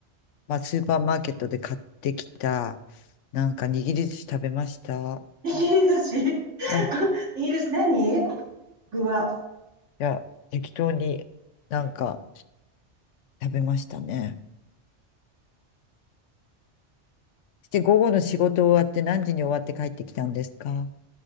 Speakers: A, on the left; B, on the right.
A: まあ、スーパーマーケットで買ってきた、なんか握り寿司食べました。
B: 握り寿司 <laughs>
A: あい
B: イギリス何具は、
A: や、適当になんか食べましたね。して、午後の仕事終わって何時に終わって帰ってきたんですか